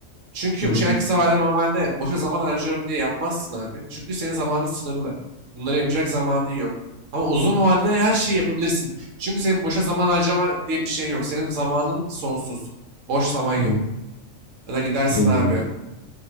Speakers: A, on the right; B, on the left.
A: Çünkü
B: Hı hı.
A: bu şeyler kısa vadede normalde boşa zaman harcıyorum diye yapmazsın abi. Çünkü senin zamanın sınırlı. Bunları yapacak zamanın yok. Ama uzun vadede her şeyi yapabilirsin. Çünkü senin boşa zaman harcama diye bir şeyin yok. Senin zamanın sonsuz. Boş zaman yok.
B: Hı hı.
A: Ya da gidersin
B: Hı.
A: abi